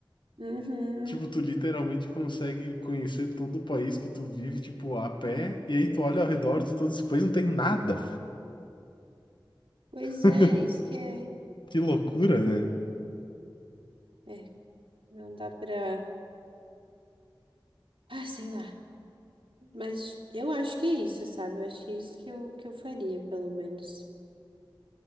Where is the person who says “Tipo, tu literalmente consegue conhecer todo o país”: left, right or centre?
Left